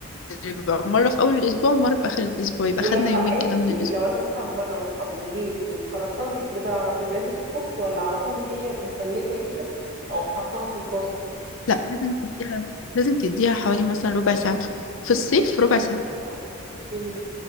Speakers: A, on the left; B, on the right.
A: يبقى مرة في
B: مم.
A: أول الأسبوع ومرة في آخر الأسبوع يبقى
B: ولما
A: خدنا يومين
B: اجي
A: كده من الأسبوع
B: لو انا مثلا بره وخ- وجيت وخرجتها من الفريزر على طول لازم تفك ولا على طول وهي متلجة كده اقوم حطها في الطاسة
A: لا لازم تديها لازم تديها حوالي مثلا ربع ساعة في الصيف ربع ساعة
B: اه اوكي